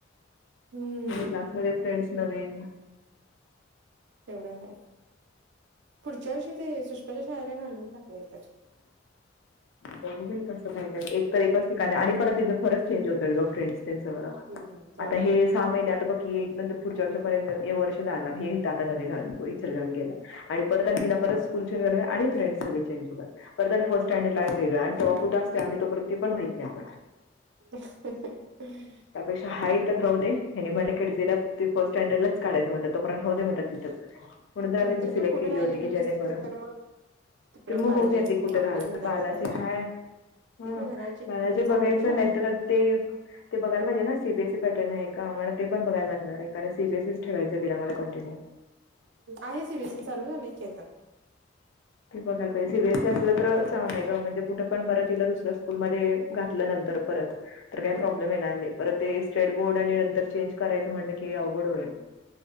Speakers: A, on the right (about 60°); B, on the left (about 65°).
A: हम्म
B: क्लासमध्ये फ्रेंड्स नवीन
A: तेवढा काय पुढच्या वर्षी ते सुष्माच्या शाळेला घालून टाकलं तर
B: बरं कसं काही काय नाही एक तर एककाचं ठिकाणी आणि परत तिथं चेंज होतय गं फ्रेंड्स. त्याच <unintelligible>
A: हम्म जाऊदे
B: आता हेच
A: मग
B: सहा महिने आता बघ कि नंतर पुढच्या वर्षपर्यंत हे वर्ष जाणार हें आता नवीन <unintelligible> गेलं आणि परत आणि तिना परत स्कूल चेज आणि फ्रेड सगळे चेज होतात पर
A: हम्म
B: फर्ट स्टँडर्ड ला वेगळ आणि तेव कुठ असतो आम् तोपर्ती पण माहित नाही आव
A: <unintelligible>
B: त्यापेक्षा हा येतच राह देे यांनी म्हटलं खिडजीला ते फर्ट स्टँडर्डलाच काढायं म्ह तोपण राह दे म तिथं म्हणून तर
A: नंतर
B: आम्ही ती सिलेक्ट
A: काय पुढे
B: केली
A: राहिली
B: होती की
A: बिल्लीस
B: जेन
A: तिथे
B: करून
A: तर मग तिकड
B: तर मग
A: बालाजी
B: बघुया कुठे
A: आपलं
B: राला
A: जिंदाबाद
B: बालाजी
A: आहे
B: हाय हम्
A: ते काय घराला चिटकून
B: मला जे बघायचं
A: चांगली शाळा
B: नाही
A: आहे
B: तर ते ते बघाय पाहिजे ना सीसी पॅर्न का आम्हा ते प बघाय लागणार आहे कारण सीबीस ठेयचं दि मला कंटिन्यू
A: आहे सीबीस चालू झालंय की आता
B: ते बघाय पाहिजेीबीएसी अस तर चांगय ग म्हणजे कुठं पण परत इला दुस्या स्कूलमध्ये घातल्या नंतर परत तर काही
A: हम्म
B: प्रॉब्लेम येणार पर ते स्ट्रेड बोर्ड आणि नंतर चेंज करायचं म्हटलं की अवघड होईल